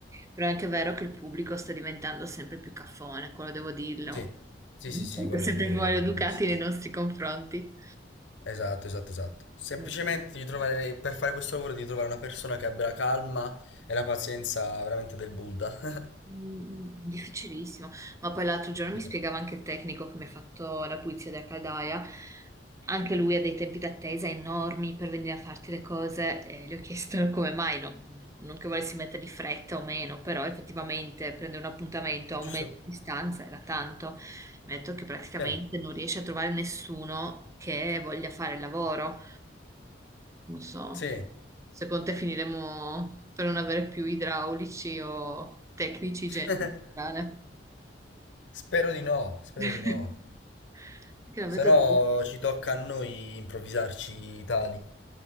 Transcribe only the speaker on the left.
Sì, sì,
sì, sì, quello
è vero,
quello è verissimo.
Esatto, esatto, esatto. Semplicemente
devi trovare, per fare questo lavoro devi trovare una persona che abbia la calma e la pazienza veramente del Buddha. <laughs>
Sì.
Giusto?
Bene.
Sì.
<laughs>
Spero di no, spero
di no.
Se no
ci tocca a noi improvvisarci tali.